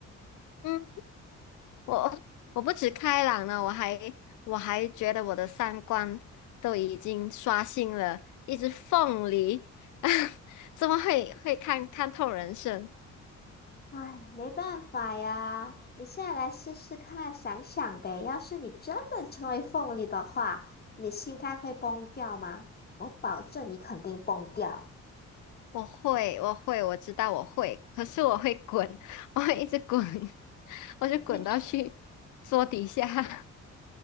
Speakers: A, on the left; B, on the left.
A: <laughs> 嗯，我我不止开朗了，我还我还觉得我的三观都已经刷新了，一只凤梨，<laughs> 怎么会会看看透人生？
B: 唉，没办法呀，你现在来试试看，想想呗。要是你真的成为凤梨的话，你心态会崩掉吗？我保证你肯定崩掉。
A: 我会，我会，我知道我会，可是我会滚，<laughs> 我会一直滚，<laughs> 我就滚到去桌底下。
B: 你
A: <laughs>